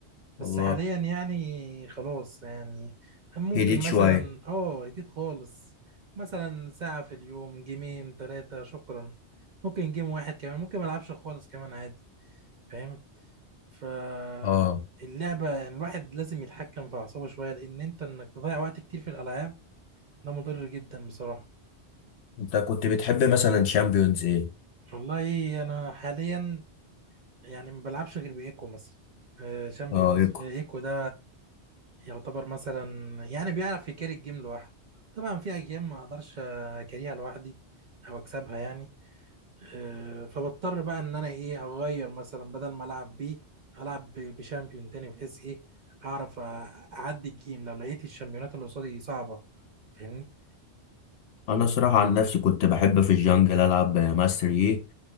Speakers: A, on the right; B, on the left.
A: بس
B: والله
A: حاليا يعني خلاص يعني ممكن
B: هديت
A: مثلا
B: شويه
A: اه جديد خالص مثلا ساعة في اليوم جيمين تلاتة شكرا ممكن جيم واحد كمان ممكن ملعبش خالص كمان عادي فاهم فاللعبة
B: اه
A: يعني الواحد لازم يتحكم في أعصابه شوية لأن أنت إنك تضيع وقت كتير في الألعاب ده مضر جدا بصراحة
B: انت كنت بتحب مثلا شامبيونز ايه
A: والله أنا حاليا يعني ما بلعبش غير بإيكو مثلا آه، شامبيون
B: اه ايكو
A: إيس- إيكو ده يعتبر مثلا يعني بيعرف يكاري الجيم لوحده طبعا في اجيال ما اقدرش اكاريها لوحدي او اكسبها يعني أه، فبضطر بقى ان انا ايه اغير مثلا بدل ما العب بيه العب ب- بشامبيون تاني بحيث ايه هعرف أ- اعدي الجيم لو لقيت الشامبيونات اللي قصادي صعبة فاهمني
B: انا صراحه عن نفسي كنت بحب في الجونجل العب ماستر يي